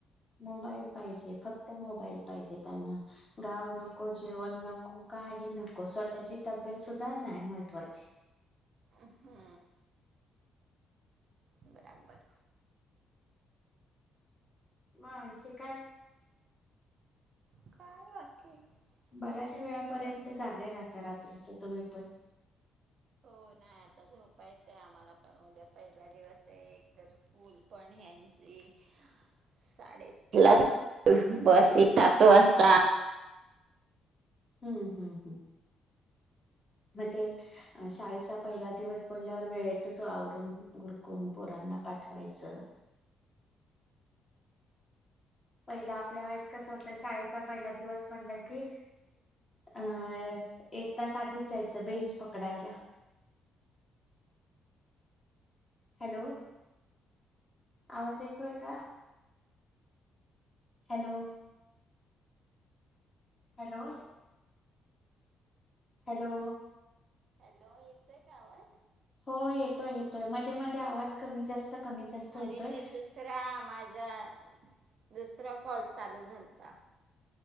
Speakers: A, on the left (about 30°); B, on the right (about 60°).
A: मोबाईल पाहिजे, फक्त मोबाईल पाहिजे त्यांना, गाव नक नको, जेवण नको, काही नको, स्वतःची तब्येत सुद्धा नाही महत्त्वाची.
B: हम्म बराबर.
A: मग आणखी काय.?
B: काय बाकी.
A: बऱ्याच
B: मजा
A: वेळापर्यंत
B: सगळं
A: जागे राहता रात्रीच तुम्ही पण
B: हो, नाही आता झोपायचं आहे आम्हाला पण, उद्या पहिला दिवस आहे, एकतर स्कूल पण ह्यांची साडेआठला बस येत सात वाजता
A: हम्म हम्म हम्म, मग ते अ शाळेचा पहिला दिवस बोलल्यावर वेळेतच आवरून ऊरकून पोरांना पाठवायचं. पहिला आपल्या वेळेस कसं होतं, शाळेचा पहिला दिवस म्हणलं की अं, एक तास आधीच जायचं बेंच पकडायला. हॅलो! आवाज येतोय का? हॅलो! हॅलो! हॅलो
B: हॅलो येतोय का आवाज?
A: हो येतोय येतोय मध्ये मध्ये आवाज कमी -जास्त कमी जास्त होतोय.
B: अरे ते दुसरा माझा दुसरा कॉल चालू झालता.